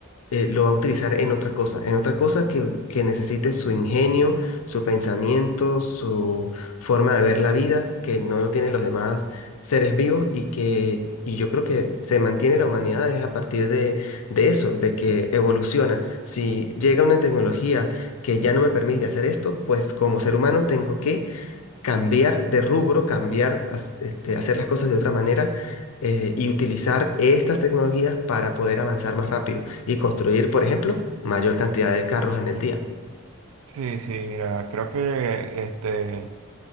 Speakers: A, on the left; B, on the right.
A: eh, lo va a utilizar en otra cosa, en otra cosa que, que necesite su ingenio, su pensamiento, su forma de ver la vida, que no lo tienen los demás seres vivos y que, y yo creo que se mantiene la humanidad es a partir de, de eso, de que evoluciona. Si llega una tecnología que ya no me permite hacer esto, pues como ser humano tengo que cambiar de rubro, cambiar, haz- este, hacer las cosas de otra manera eh, y utilizar estas tecnologías para poder avanzar más rápido y construir, por ejemplo, mayor cantidad de carros en el día.
B: Sí, sí, mira, creo que este...